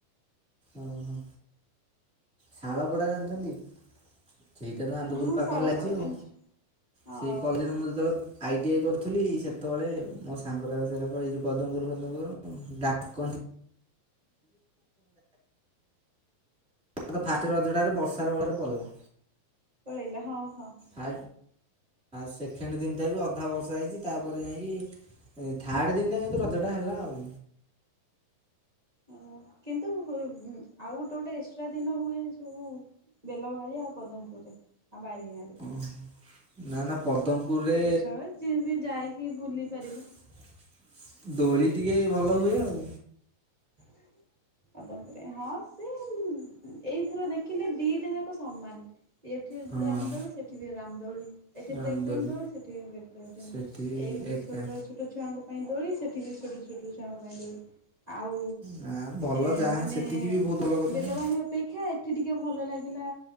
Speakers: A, in the centre; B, on the right.
A: ଓ ହୋ ଶାଳପଡା ଜାଣିଚନ୍ତି? ସେଇଟା ତ ଆନ୍ଦପୁର
B: ହଁ
A: ପାଖରେ
B: ଶାଳପଡ଼ା
A: ଲାଗିଚି ଆଉ
B: ଜାଣିଛି ହଁ
A: ସେଇ କଲେଜେ ରେ ମୁଁ ଯେତବେଳେ ଆଇ ଟି ଆଇ କରୁଥିଲି ସେତବେଳେ ମୋ ସାଙ୍ଗର ସେଟ କହିଛି ପଦମପୁର ଫଦମପୁର <inaudible> ଡାକନ୍ତି ଆଉ ତ ଫାର୍ଷ୍ଟ ରଜଟା ରେ ବର୍ଷାର ର ଭାର ପଡିଲା।
B: ପଳେଇଲା ହଁ ହଁ।
A: ହା ସେକେଣ୍ଡ ଦିନି ଠାରୁ ଅଧା ବର୍ଷା ହେଇଛି ତାପରେ ଯାଇକି ଏ ଥାର୍ଡ ଦିନଟା କିନ୍ତୁ ରଜ ଟା ହେଲା ଆଉ।
B: ଓ କିନ୍ତୁ ଆଉ ଗୋଟେ ଗୋଟେ ଏକ୍ସଟ୍ରା ଦିନ ହୁଏ ଯୋଉ ବେଲଭାଳିଆ ଆଉ ପଦମପୁରରେ ଆଉ ବାରିନାରେ।
A: ହୁଁ <inaudible> ନା ନା ପଦ୍ମପୁରରେ
B: ଏକ୍ସଟ୍ରା ହୁଏ ଯିଏ ବି ଯାଇକି ବୁଲି ପାରିବେ।
A: <inaudible> ଦୋଳି ଟିକେ ଭଲ ହୁଏ ଆଉ।
B: ହ <inaudible> ଆଉ ତାପରେ ହଁ ସେ ଏଇଥର ଦେଖିଲି ଦିଇଟା ଯାକ ସମାନ। ଏଠି
A: ହଁ
B: ରାମଦୋଳି ସେଠି ବି ରାମଦୋଳି। ଏଠ
A: ରାମଦୋଳି।
B: ବେ ଦ ସେଠି ଏତି ଛୋଟ
A: ସେଠି ଏକା
B: ଛୋଟ <inaudible> ଛୋଟ ଛୁଆଙ୍କ ପାଇଁ ଦୋଳି ସେଠିବି ଛୋଟ ଛୋଟ ଛୁଆଙ୍କ ପାଇଁ ଦୋଳି। ଆଉ
A: ନା ଭଲ
B: ଏ
A: ଯାହା
B: ମାନେ
A: ସେତିକି ବି ବହୁତ ଭଲ କରୁଛନ୍ତି।
B: ବେଲବାଡି ଅପେକ୍ଷା ଏଠି ଟିକିଏ ଭଲ ଲାଗିଲା